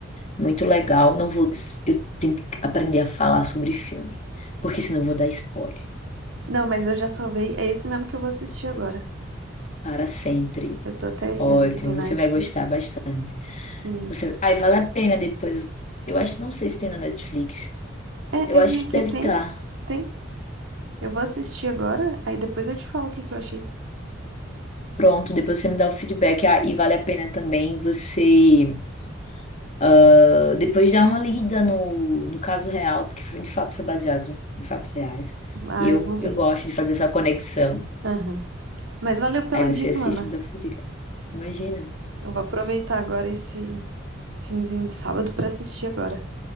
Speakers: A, on the left; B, on the right.
A: muito legal. Não vou, eu tenho que aprender a falar sobre filme, porque senão eu vou dar spoiler
B: Não, mas eu já salvei. É esse mesmo que eu vou assistir agora.
A: para sempre.
B: Eu tô até vendo
A: Ótimo,
B: que tem na
A: você
B: Netflix.
A: vai gostar bastante.
B: Sim.
A: Você, ai, vale a pena depois. Eu acho, não sei se tem na Netflix.
B: É,
A: Eu
B: eu
A: acho
B: vi
A: que
B: aqui,
A: deve
B: tem.
A: estar.
B: Tem. Eu vou assistir agora, aí depois eu te falo o que que eu achei.
A: Pronto, depois você me dá o feedback. Ah, e vale a pena também você ah, depois dar uma lida no, no caso real, porque foi, de fato foi baseado em fatos reais.
B: Ah,
A: E eu,
B: eu vou ver.
A: eu gosto de fazer essa conexão.
B: Aham. Mas valeu pela
A: Aí você
B: dica,
A: assiste
B: mana.
A: e me dá o feedback. Imagina.
B: Eu vou aproveitar agora esse finzinho de sábado pra assistir agora.